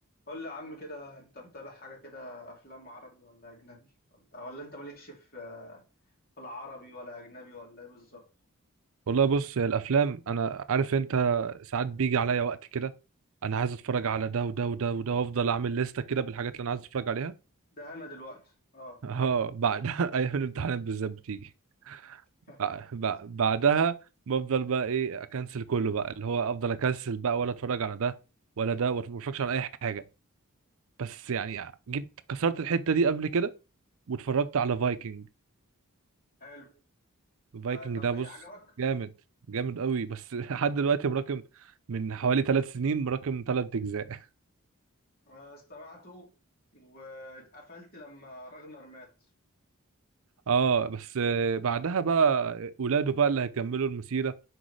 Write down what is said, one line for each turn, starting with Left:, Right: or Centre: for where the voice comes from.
Left: قول لي يا عم كده انت متابع حاجة كده افلام عربي ولا اجنبي ولا ولا انت مالكش في في العربي ولا اجنبي ولا ايه بالظبط
Right: والله بص يا الافلام انا عارف انت ساعات بيجي عليا وقت كده انا عايز اتفرج على ده وده وده وده وافضل اعمل لستة كده بالحاجات اللي انا عايز اتفرج عليها
Left: ده انا دلوقتي اه
Right: اه بعد <laughs> ايام الامتحانات بالذات بتيجي
Left: <laughs>
Right: بع- بع-
Left: حصل
Right: بعدها بفضل بقى ايه اكنسل كله بقى اللي هو افضل اكنسل بقى ولا اتفرج على ده ولا ده وما اتفرجش على اي حاجة بس يعني جيت كسرت الحتة دي قبل كده واتفرجت على فايكنج
Left: حلو آه
Right: فايكنج
Left: طب
Right: ده بص
Left: ايه عجبك
Right: جامد جامد قوي بس <laughs> لحد دلوقتي مراكم من حوالي ثلاث سنين مراكم ثلاث اجزاء
Left: آه استمعته واتقفلت لما راغنر مات
Right: اه بس آه، بعدها بقى ولاده بقى اللي هيكملوا المسيرة